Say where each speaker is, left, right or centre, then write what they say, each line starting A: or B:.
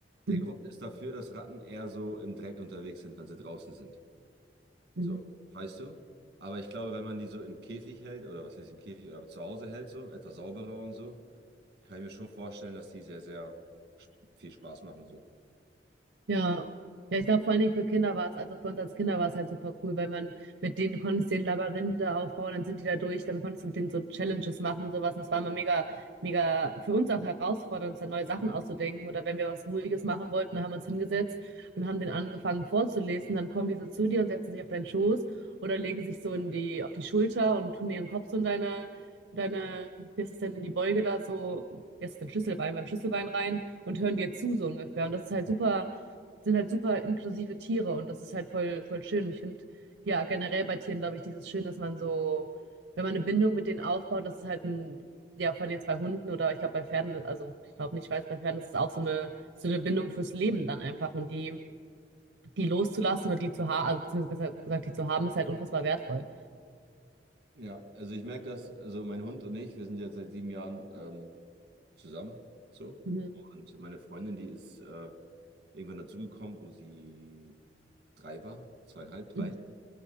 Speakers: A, on the right (about 65°); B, on the right (about 85°).
A: Der
B: Mhm.
A: Grund ist dafür, dass Ratten eher so im Dreck unterwegs sind, wenn sie draußen sind.
B: Mhm.
A: So, weißt du? Aber ich glaube, wenn man die so im Käfig hält, oder was heißt im Käfig, oder zu Hause hält, so, etwas sauberer und so, kann ich mir schon vorstellen, dass die sehr, sehr sp- viel Spaß machen und so.
B: Ja. Ja, ich glaube, vor allen Dingen für Kinder war es, also für uns als Kinder war es halt super cool, weil man mit denen, du konntest den Labyrinthe aufbauen, dann sind die da durch, dann konntest du mit denen so Challenges machen und sowas. Und das war immer mega, mega für uns auch herausfordernd, uns da neue Sachen auszudenken. Oder wenn wir was Ruhiges machen wollten, dann haben wir uns hingesetzt und haben den angefangen vorzulesen. Dann kommen die so zu dir und setzen sich auf deinen Schoß oder legen sich so in die, auf die Schulter und tun ihren Kopf so in deine, deine, wie ist es denn, in die Beuge da so, jetzt ist dein Schlüsselbein, beim Schlüsselbein rein und hören dir zu, so ungefähr. Und das ist halt super sind halt super inklusive Tiere und das ist halt voll, voll schön. Und ich finde, ja, generell bei Tieren, glaube ich, dieses Schön, dass man so, wenn man eine Bindung mit denen aufbaut, das ist halt ein, ja, von jetzt bei Hunden oder ich glaube bei Pferden, also ich glaube nicht, ich weiß, bei Pferden ist es auch so eine, so eine Bindung fürs Leben dann einfach und die, die loszulassen oder die zu haben, also beziehungsweise besser gesagt, die zu haben, ist halt unfassbar wertvoll.
A: Ja, also ich merke das, also mein Hund und ich, wir sind jetzt seit sieben Jahren ähm, zusammen, so.
B: Mhm.
A: Und meine Freundin, die ist äh, irgendwann dazugekommen, wo sie drei war, zweieinhalb, drei.
B: Mhm.